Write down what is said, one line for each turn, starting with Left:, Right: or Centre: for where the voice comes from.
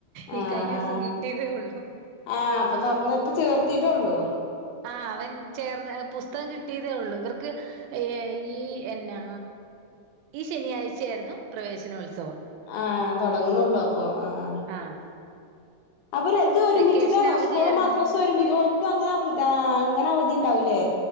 Left: ആ
Right: ഈ കഴിഞ്ഞ
Left: ആ
Right: വസം കിട്ടിയതേ ഉള്ളൂ
Left: ആ അപ്പൊ തുറന്ന് ഇപ്പ ചേർത്തിട്ടൊ ഒള്ളോ
Right: ആ അവൻ ചേർന്ന് പുസ്തകം കിട്ടിയതേ ഉള്ളൂ ഇവർക്ക് ഈ എന്നാ ഈ ശനിയാഴ്ചയായിരുന്നു പ്രവേശനോത്സവ
Left: ആഹ് തൊടുങ്ങുന്നൊള്ളൂ അപ്പൊ ആഹ
Right: ആഹ്
Left: അപ്പം ഇത് ഒരുമിച്ചിട്ടാണോ
Right: വെക്കേഷന് അവധിയായിരുന്നു
Left: സ്കൂളും മദ്റസും ഒരുമിച്ച് ഓൽ ൽക്കും അങ്ങനെ അവ് താ അങ്ങനെ അവധി ഇണ്ടാവു ല്ലേ